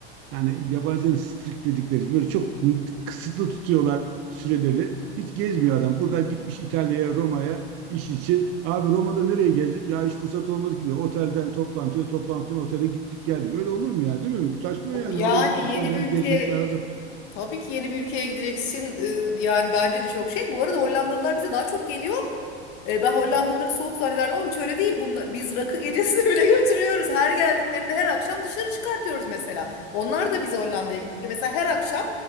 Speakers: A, on the right (about 40°); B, on the left (about 55°).
A: yani yabancının strict dedikleri böyle çok kısıtlı tutuyorlar süreleri. Hiç gezmiyor adam. Buradan gitmiş İtalya'ya, Roma'ya iş için. Abi Roma'da nereye gezdin? Ya hiç fırsat olmadı ki diyor. Otelden toplantıya, toplantıdan otele gittik geldik. Öyle olur mu ya değil mi? Saçma yani.
B: Yani
A: Oraya gitmişsen
B: yeni
A: biraz
B: bir ülke
A: gezmek lazım.
B: tabii ki yeni bir ülkeye gideceksin e, yani bence de çok şey. Bu arada Hollandalılar bize daha çok geliyor. E, ben Hollandalıları soğuk zannederdim ama hiç öyle değil. Bunla, biz rakı gecesine <laughs> bile götürüyoruz. Her geldiklerinde her akşam dışarı çıkartıyoruz mesela. Onlar da bize Hollanda'ya gitti. Mesela her akşam